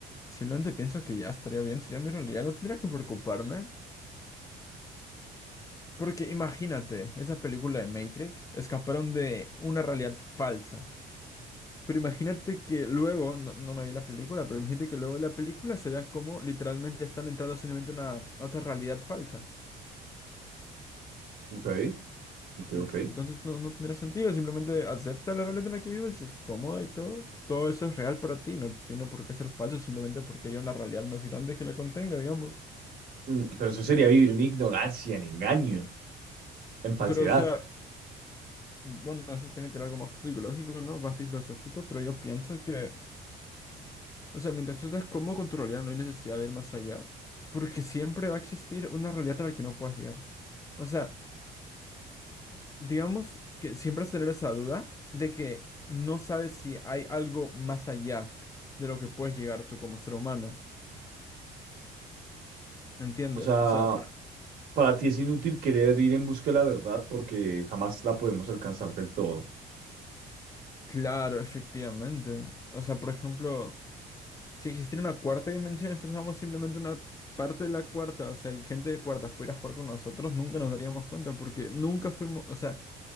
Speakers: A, on the left; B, on the right.
A: simplemente pienso que ya estaría bien, sería mi realidad, no tendría que preocuparme. Porque imagínate, esa película de Matrix escaparon de una realidad falsa. Pero imagínate que luego, no, no me vi la película, pero imagínate que luego en la película se vea como literalmente están entrando simplemente a una a otra realidad falsa.
B: Ok, ok,
A: En-
B: ok.
A: Entonces no, no tendría sentido, simplemente acepta la realidad en la que vives y es cómoda y todo. Todo eso es real para ti, no tiene por qué ser falso simplemente porque haya una realidad más grande que la contenga, digamos.
B: Mm, Pero eso sería vivir en ignorancia, en engaño, en falsedad.
A: Pero o sea, bueno, eso tiene que ver algo más psicológico, ¿no? Más filosófico, pero yo pienso que O sea, mientras tú estés cómodo con tu realidad, no hay necesidad de ir más allá, porque siempre va a existir una realidad a la que no puedas llegar. O sea, digamos que siempre vas a tener esa duda de que no sabes si hay algo más allá de lo que puedes llegar tú como ser humano. ¿Me entiendes?
B: O sea,
A: O sea, pra-
B: para ti es inútil querer ir en busca de la verdad porque jamás la podemos alcanzar del todo.
A: claro, efectivamente. O sea, por ejemplo, si existiera una cuarta dimensión, nosotros somos simplemente una parte de la cuarta. O sea, y gente de cuartas pudiera jugar con nosotros, nunca nos daríamos cuenta, porque nunca fuimos, o sea,